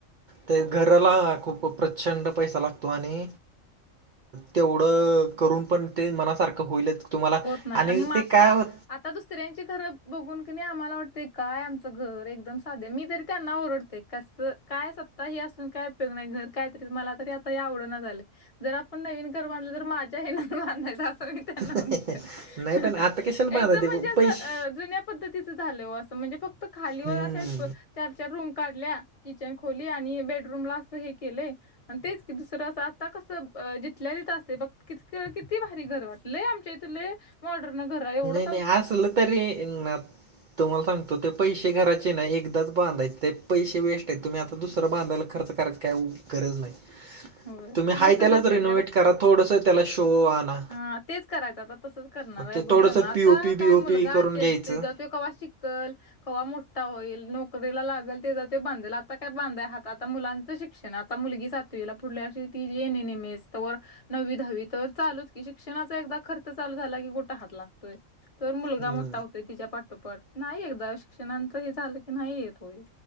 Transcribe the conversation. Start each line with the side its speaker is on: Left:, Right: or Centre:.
Right: ते घराला खूप प्रचंड पैसा लागतो आणि तेवढं करून पण ते मनासारखं होईलच तुम्हाला
Left: होत नाही
Right: आणि
Left: मग
Right: ते
Left: आता
Right: काय होत
Left: आता दुसऱ्यांची घरं बघून क नाही आम्हाला वाटते काय आमचं घर एकदम सादे मी तरी त्यांना ओरडते कसं काय सत्ता हे असून काय उपयोग नाही घर कायतरी मला तरी आता हे आवड नाही झालं जर आपण नवीन घर बांधले तर माझ्या ह्यांना पण बांधायचं असं मी त्यांना
Right: नाही
Left: एकदम
Right: पण आता कशाला बांधा ते
Left: म्हणजे असं
Right: पैसे
Left: अ जुन्या पद्धतीचं झालं हो असं म्हणजे फक्त खालीवर
Right: हम्म
Left: अशे प चार-चार रूम काढल्या, किचन, खोली आणि हे बेडरूमला असं हे केलंय तेच की दुसरं असं आता कसं जिथल्या जिथं असते बघ किती भारी घर वाटलंय तिथले लय मॉडर्न घर आहे एवढं.
Right: आणि असलं तरी इन्ना प तुम्हाला सांगतो ते पैशे घरायचे नाही एकदाच बांधायचे ते पैशे वेस्ट आहे तुम्ही आता दुसरा बांधायला खर्च करायचा काय उ गरज नाही.
Left: <inaudible>
Right: तुम्ही
Left: वेस्ट
Right: हाय त्यालाचं
Left: जात्यात
Right: रेनोव्हेट करा थोडस त्याला शो आणा.
Left: हा तेच करायचं आता तसंच करणार
Right: मग
Left: आहे
Right: ते
Left: बघू
Right: थोडंसं
Left: या मग आता
Right: पीओपी बीओपी
Left: काय मुलगा
Right: करून
Left: ते
Right: घ्यायचं
Left: तेज्या ते कव्हा शिकल, कव्हा मोठा होईल, नोकरीला लागेल तेज्या ते बांधेल आता काय बांधाय हा आता मुलांचा शिक्ष ण आता मुलगी सातवीला पुढल्याशी तिजे एन एन एम एस तो वर नव्वी दहावी तर चालूच कि शिक्षणाचा एकदा खर्च चालू झाला की कुठं हात लागतोय तर मुलगा
Right: हम्म,
Left: मोठा होतोय तिच्या पाठोपाठ नाही एकदा शिक्षणांचा हे झालं की नाही येत होय